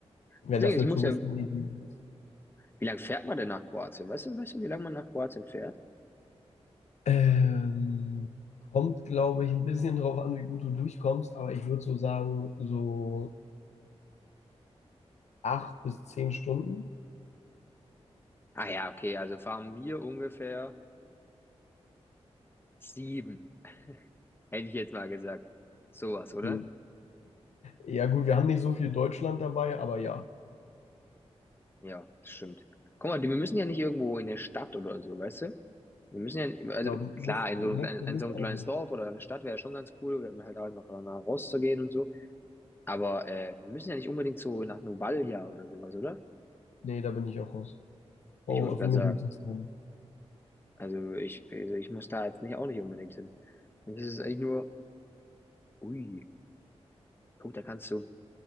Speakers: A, on the left (about 85°); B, on the left (about 20°).
A: Wenn
B: Deswegen,
A: das
B: ich
A: eine
B: muss
A: Touristenregion
B: ja,
A: ist.
B: wie lange fährt man denn nach Kroatien? Weißt du, weißt du, wie lange man nach Kroatien fährt?
A: Ähm, kommt, glaube ich, ein bisschen drauf an, wie gut du durchkommst, aber ich würde so sagen, so acht bis zehn Stunden.
B: Ah ja, okay, also waren wir ungefähr sieben, <laughs> hätte ich jetzt mal gesagt. Sowas, oder?
A: Hm. Ja, gut, wir haben nicht so viel Deutschland dabei, aber ja,
B: Ja, das stimmt. Guck mal, die- wir müssen ja nicht irgendwo in der Stadt oder so, weißt du? Wir müssen ja, also
A: da muss,
B: klar, in
A: muss
B: so ein kleines,
A: für
B: in
A: mich
B: so ein
A: auch
B: kleines
A: nicht.
B: Dorf oder eine Stadt wäre schon ganz cool, oder halt auch einfach mal rauszugehen und so. Aber äh, wir müssen ja nicht unbedingt so nach Novalia oder sowas, oder?
A: Nee, da bin ich auch raus. Oh,
B: Ich wollte gerade
A: für mich
B: sagen.
A: muss es sein.
B: Also ich, also ich muss da jetzt nicht auch nicht unbedingt hin. Und das ist eigentlich nur, ui, guck, da kannst du,